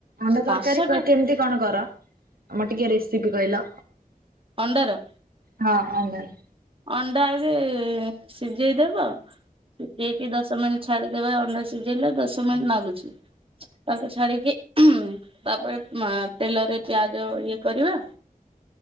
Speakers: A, on the right; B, on the right.
A: ଅଣ୍ଡା ତରକାରୀ
B: କାଶଟା
A: କ କେମିତି କଣ କର ଆମ ଟିକେ ରେସିପି କହିଲ?
B: ଅଣ୍ଡାର?
A: ହଁ ଆଣ୍ଡାର।
B: ଅଣ୍ଡା ଆଗେ ସିଝେଇଦେବ ସିଝେଇକି ଦଶ ମିନ୍ ଛାଡିଦବା ଅଣ୍ଡା ସିଝେଇଲେ ଦଶ ମିନିଟ୍ ନାଗୁଛି ତାକୁ ଛାଡିକି ତାପରେ ମାଁ ତେଲରେ ପିଆଜ ଇଏ କରିବା